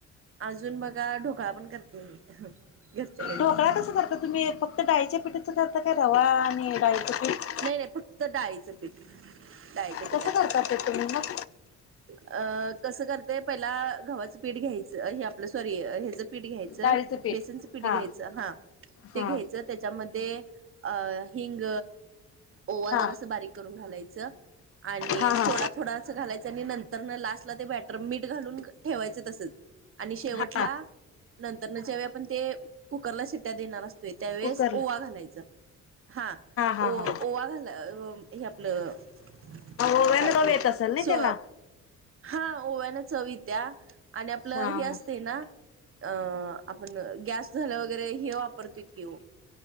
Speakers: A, on the right; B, on the left.
A: अजून बघा ढोकळा पण करते मी घरच्या घरी
B: ढोकळा कस करता तुम्ही <inaudible> फक्त डाळीच्या पीठाचं करता काय रवा आणि डाळीचं पीठ
A: नाही नाही फक्त डाळीचं पीठ डाळीच्या पिठाचच
B: कसं करता ते तुम्ही मग?
A: अ कसं करते पहिला गव्हाचं पीठ घ्यायचं हे आपलं सॉरी हेच पीठ पीठ घ्यायचं
B: डाळीचं
A: बेसनचं पीठ
B: हा
A: घ्यायचं हा ते
B: हा
A: घ्यायचं त्याच्या मध्ये अ हिंग ओवा
B: हा
A: जरासं बारीक करून घालायचं आणि
B: हा
A: सोडा
B: हा
A: थोडासं घालायचं आणि नंतरन लास्टला ते बॅटर मीठ घालून ठेवायच तसच आणि शेवटला
B: हा
A: नंतरन ज्यावेळी आपण ते कुकरला शिट्या देणार असतोय. त्यावेेळेस
B: कुकरला
A: ओवा घालायच हा
B: हा
A: ओ
B: हा
A: ओवा घाला हे आपलं
B: ओव्यान
A: काय
B: रव
A: ते
B: येत असेल ना
A: सो
B: त्याला
A: हा ओव्यान चव येत्या आणि आपलं
B: हा
A: हे
B: हा
A: असतय ना अं आपण गॅस झाल्यावर वगैरे हे वापरतोय की ओ